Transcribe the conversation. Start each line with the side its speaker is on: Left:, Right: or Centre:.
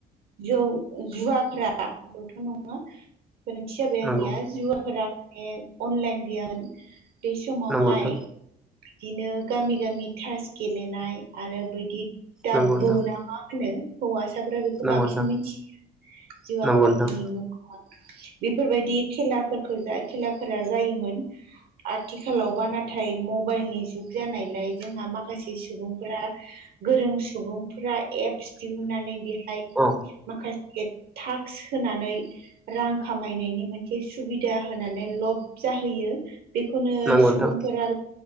Right: जौ जुवाफ्रा जौथ' नङा गोरोन्थि जाबाय
Centre: नोंथां
Right: आंनिया जुवाफोरा माने अनलाइन गैयामोन बे समावहाय
Centre: नंगौ नोंथां
Right: बिदिनो गामि गामि थास गेलेनाय आरो बायदि ाबु
Centre: नंगौ नोंथां
Right: नामा <unintelligible> होनो हौवासाफोरा बेखौ
Centre: नंगौ
Right: बांसिन
Centre: नंगौ नोंथां
Right: मिथियो जुवा
Centre: नंगौ
Right: आफनि
Centre: नोंथां नंगौ नोंथां नंगौ नोंथां
Right: म <unintelligible> बेफोरबायदि खेलाफोरखौ जा खेलाफोरा जायोमोन आथिखालावबा नाथाय मबाइलनि जुग जानायलाय जोंहा माखासे सुबुं फोरा गोरों सुबुंफोरा एप्स दिहुनन्नानै बेहाय
Centre: औ
Right: माखासे तास्क होनानै रां खामायनायनि मोनसे सुबिदा होनानै लब जाहैयो बेखौनो
Centre: नंगौ
Right: सुबुंफोरा
Centre: नोंथां